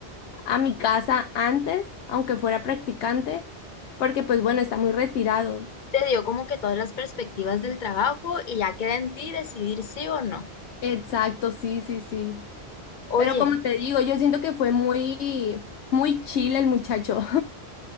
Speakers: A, on the left (about 80°); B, on the left (about 50°).
A: a mi casa antes, aunque fuera practicante, porque pues bueno, está muy retirado.
B: Te dio como que todas las perspectivas del trabajo y ya queda en ti decidir sí o no.
A: Exacto, sí, sí, sí.
B: Oye,
A: Pero como te digo, yo siento que fue muy, muy chill el muchacho.